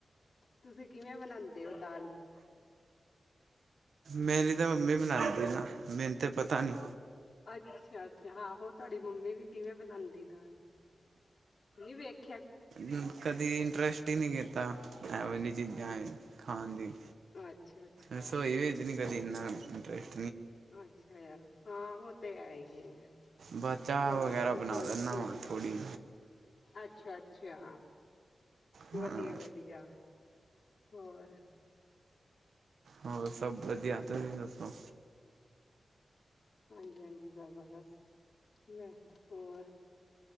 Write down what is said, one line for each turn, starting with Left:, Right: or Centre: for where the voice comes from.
Left: ਤੁਸੀਂ ਕਿਵੇਂ ਬਣਾਉਂਦੇ ਹੋ ਦਾਲੂ
Right: ਮੇਰੀ ਤਾਂ ਮੰਮੀ ਬਣਾਉਂਦੀ ਨਾ ਮੈਨੂੰ ਤੇ ਪਤਾ ਨੀ
Left: ਅੱਛਾ-ਅੱਛਾ, ਹਹੋ ਤੁਹਾਡੀ ਮੰਮੀ ਵੀ ਕਿਵੇਂ ਬਣਾਉਂਦੀ ਦਾਲ, ਨਹੀਂ ਵੇਖ-
Right: ਹੂੰ, ਕਦੀ ਇੰਟਰੇਸਟ ਹੀ ਨਹੀਂ ਕੀਤਾ, ਇਹੋ ਜੀ ਚੀਜ਼ਾਂ ਵਿਚ। ਖਾਣ ਦੀ,
Left: ਅੱਛਾ ਅੱਛਾ
Right: ਰਸੋਈ ਵਿੱਚ ਨੀ ਕਦੀ ਇੰਨਾ ਅਰੇ, <inaudible>
Left: ਅੱਛਾ, ਯਾ ਹਾਂ ਉਹ ਤੇ ਹੈ ਹੀ ਹੈ
Right: ਬਸ ਚਾਹ
Left: ਹੋਰ
Right: ਵਗੈਰਾ
Left: ਤੁਸੀਂ
Right: ਬਣਾ
Left: ਹੋਰ
Right: ਲੈਂਦਾ
Left: ਸੁਣਾਓ
Right: ਵਾ ਥੋੜ੍ਹੀ
Left: ਅੱਛਾ- ਅੱਛਾ।
Right: ਹਾਂ
Left: ਵਧੀਆ-ਵਧੀਆ, ਹੋਰ,
Right: ਹੋਰ ਸਭ ਵਧੀਆ, ਤੁਸੀ ਦੱਸੋ?
Left: ਹਾਂਜੀ-ਹਾਂਜੀ, ਸਭ <unintelligible> ਬਸ ਕਿਵੇਂ ਹੋਰ?